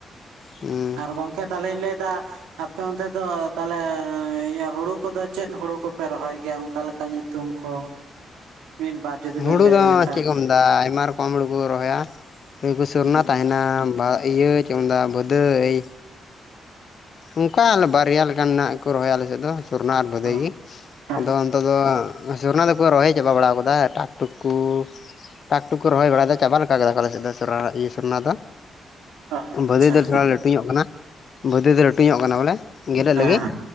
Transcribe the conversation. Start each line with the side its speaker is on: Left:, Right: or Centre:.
Left: ᱦᱮᱸ
Right: ᱟᱨ ᱜᱚᱝᱠᱮ ᱛᱟᱦᱚᱞᱮᱧ ᱞᱟᱹᱭᱫᱟ ᱟᱯᱮ ᱚᱱᱛᱮ ᱫᱚ ᱛᱟᱦᱚᱞᱮ ᱤᱭᱟᱹ ᱦᱳᱲᱳ ᱠᱚᱫᱚ ᱪᱮᱫ ᱦᱳᱲᱳ ᱠᱚᱯᱮ ᱨᱚᱦᱚᱭ ᱜᱮᱭᱟ ᱚᱱᱠᱟᱞᱮᱠᱟ ᱧᱩᱛᱩᱢ ᱠᱚ ᱢᱤᱫ ᱵᱟᱨ ᱡᱩᱫᱤ ᱵᱮᱱ
Left: ᱦᱳᱲᱳ
Right: ᱞᱟᱹᱭ
Left: ᱫᱚ
Right: ᱞᱮᱠᱷᱟᱱ
Left: ᱪᱮᱫ ᱠᱚ ᱢᱮᱱ ᱟᱭᱢᱟ ᱨᱮᱠᱚᱢ ᱦᱳᱲᱳ ᱠᱚ ᱨᱚᱦᱚᱭᱟ ᱥᱚᱨᱱᱟ
Right: ᱦᱩᱸ
Left: ᱛᱟᱦᱮᱱᱟ ᱤᱭᱟᱹ ᱪᱮᱫ ᱢᱮᱱᱫᱟ ᱵᱟᱹᱫᱟᱹᱭ ᱚᱱᱠᱟ ᱟᱞᱮ ᱵᱟᱨᱭᱟ ᱞᱮᱠᱟᱱᱟᱜ ᱠᱚ ᱨᱚᱦᱚᱭᱟ ᱟᱞᱮ ᱥᱮᱫ ᱫᱚ ᱥᱚᱨᱱᱚ ᱟᱨ ᱵᱷᱟᱹᱫᱟᱹᱭ
Right: ᱚ
Left: ᱜᱮ
Right: ᱦᱮᱸ
Left: ᱟᱫᱚ ᱱᱮᱛᱚᱜ ᱫᱚ ᱥᱚᱨᱱᱚ ᱫᱚᱠᱚ ᱨᱚᱦᱚᱭ ᱪᱟᱵᱟ ᱵᱟᱲᱟ ᱠᱟᱫᱟ ᱮᱴᱟᱠ ᱴᱩᱠ ᱠᱚ ᱴᱟᱠ ᱴᱩᱠ ᱠᱚ ᱨᱚᱦᱚᱭ ᱵᱟᱲᱟᱭᱮᱫᱟ ᱪᱟᱵᱟ ᱞᱮᱠᱟ ᱠᱮᱫᱟ ᱠᱚ ᱟᱞᱮ ᱥᱮᱫ ᱫᱚ ᱥᱚᱨ, ᱤᱭᱟᱹ ᱥᱚᱨᱱᱚ ᱫᱚ
Right: ᱟᱪᱪᱷᱟ
Left: ᱵᱷᱟ. ᱫᱟᱹᱭ ᱫᱚ ᱫᱟᱠᱟ ᱞᱟᱹᱴᱩ ᱧᱚᱜ ᱠᱟᱱᱟ ᱵᱷᱟᱹᱫᱟᱹᱭ ᱫᱚ ᱞᱟᱹᱴᱩ ᱧᱚᱜ ᱠᱟᱱᱟ ᱵᱚᱞᱮ ᱜᱮᱞᱮᱜ
Right: ᱦᱮᱸ
Left: ᱞᱟᱹᱜᱤᱜ